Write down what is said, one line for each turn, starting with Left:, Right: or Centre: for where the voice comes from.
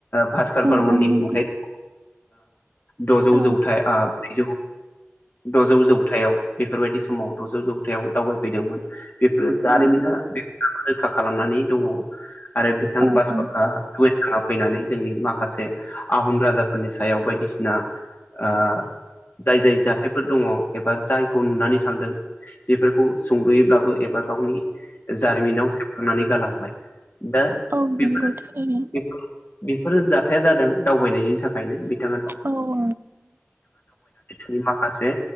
Left: भास्कर
Right: औ
Left: ब्मननि
Right: औ नंगौ
Left: खुंथाय द'जौ
Right: औ
Left: जौथाइ ब्रैजौ द'जौ जौथायाव बेफोरबायदि समाव द'जौ जौथायाव दावबायफैदोंमोन। बेफोरो जारिमिना
Right: औ
Left: बेखौबा रोखा खालामनानै दङ आरो बिथां
Right: औ
Left: बास
Right: औ
Left: हिउएनसांङा फैनानै जोंनि माखासे आहम राजाफोरनि सायाव बायदिसिना ओ जाय जाय जाथायफोर दङ एबा जायखौ नुनानै थांदों बेफोरखौ सुंद'योब्लाबो एबा गावनि जारिमिनाव सेबखांनानै गालांबाय। दा
Right: औ
Left: <unintelligible>
Right: नंगौ थारैनो
Left: बेफोर जाथाया जादों दावबायनायनि थाखायनो बिथाङा
Right: औ औ
Left: नि माखासे